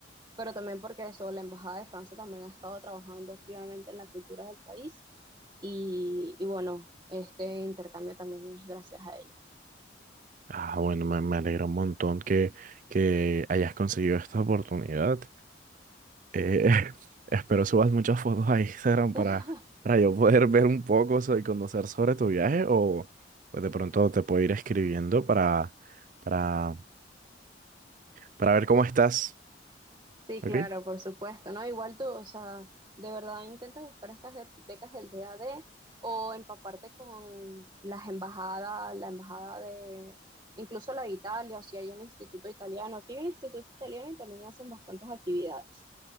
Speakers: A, on the right; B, on the right.
A: pero también porque eso, la Embajada de Francia también ha estado trabajando activamente en la cultura del país y, y bueno, este intercambio también es gracias a ella.
B: Ah, bueno, me, me alegra un montón que, que hayas conseguido esta oportunidad. Eh, <laughs> espero subas muchas fotos a Instagram
A: <laughs>
B: para, para yo poder ver un poco so- y conocer sobre tu viaje o pues de pronto te puedo ir escribiendo para, para, para ver cómo estás.
A: Sí,
B: ¿Ok?
A: claro, por supuesto, ¿no? Igual tú, o sea, de verdad intenta buscar estas be- becas del DAD o empaparte con las embajadas, la embajada de, incluso la de Italia, o si hay un instituto italiano. Aquí hay un instituto italiano y también hacen bastantes actividades.